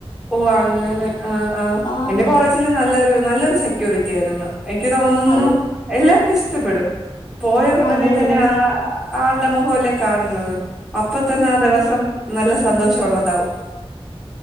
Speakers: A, in the centre; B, on the left (about 50°).
A: ഓ അങ്ങനെ ആ ആ്
B: ആ
A: എന്റെ കോളേജില് നല്ലൊരു നല്ലൊരു സെക്യൂരിറ്റിയാരുന്നു. എക്ക് തോന്നുന്നു
B: അത്
A: എല്ലാർക്കും ഇഷ്ടപ്പെടും പോയ ഉടനെ
B: അതെല്ലേ
A: തന്നെ ആ... ആളുടെ മുഹോലെ കാണുന്നത് അപ്പൊ തന്നെ ആ ദിവസം നല്ല സന്തോഷംള്ളതാവും